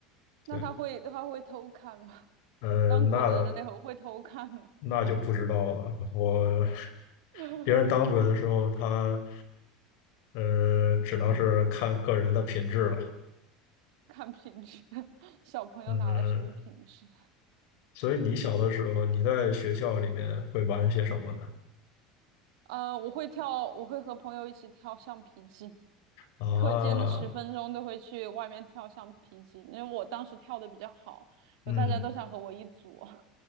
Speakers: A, on the right; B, on the left.
A: 那他会他会偷看吗？
B: 对，呃，
A: 当鬼的那会会偷看吗？
B: 那那就不知道了。我
A: <laughs>
B: 别人当鬼的时候，他呃，只能是看个人的品质了。
A: 看品质，小朋友哪来什么品质？
B: 嗯，所以你小的时候，你在学校里面会玩些什么呢？
A: 呃，我会跳，我会和朋友一起跳橡皮筋，
B: 啊，
A: 课间的十分钟都会去外面跳橡皮筋，因为我当时跳的比较好，
B: 嗯，
A: 有大家都想和我一组。